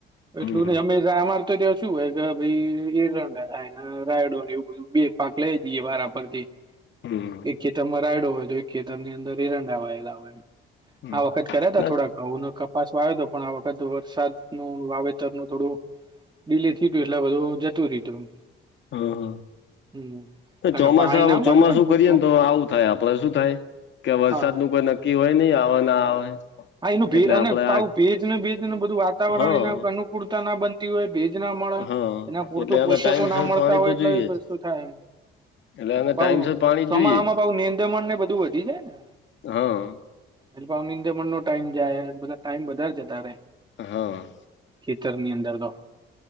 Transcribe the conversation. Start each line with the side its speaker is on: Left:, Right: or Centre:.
Right: એટલું
Left: હમ
Right: નઈ અમેય કાઈ અમાર તો ત્યાં શું હોય કે ભઈ એરંડા અને રાયડો ને એવું બધું બે પાક લઈ લઈએ વારા પરથી.
Left: હમ્મ
Right: એક ખેતરમાં રાયડો હોય તો એક ખેતર ની અંદર એરંડા વાયેલા હોય, એમ
Left: હમ
Right: આ વખત કર્યા તા
Left: ના
Right: થોડાક ઘઉં ને કપ પાસો આવ્યો તો પણ આ વખત વરસાદ નું વાવેતર નું થોડું ડીલે થ્યુતું એટલે બધું જતું ર્યુ તું
Left: હહ
Right: હમ
Left: તો
Right: કારણ
Left: ચોમાસા
Right: કે પાણી ના મળ્યું
Left: ચોમાસું
Right: હોય પૂરતું
Left: કરીએ ને તો આવુ અરે આપડે શું થાય કે વરસાદ
Right: હા
Left: નું કોઈ નક્કી હોય નહી આવે ના આવે
Right: હા ઇતો ભેજ
Left: એટલે આપડે
Right: અને પાહુ
Left: આ
Right: ભેજ અને બેજ બધું વાતાવરણ
Left: હા
Right: એને અનુકૂળતા ના બન <unintelligible> ભેજ ના મળે
Left: હા
Right: એના પૂરતો
Left: એટલે આના
Right: પોષકો
Left: ટાઈમસર
Right: ના મળે
Left: પાણી
Right: હોય
Left: તો
Right: એટલે
Left: જોઈએ
Right: ઈ વસ્તુ
Left: જ
Right: થાય
Left: એટલે આને ટાઈમસર
Right: પાહુ
Left: પાણી
Right: ચોમાસામાં
Left: જોઈએ જ
Right: પાહુ નેંદમણ ને બધ બધું વધી જાય ને
Left: હા
Right: એ પાહો નીંદેમન નો ટાઈમ જાય હેને બધા ટાઈમ વધારે જતારે
Left: હા.
Right: ખેતર ની અંદર તો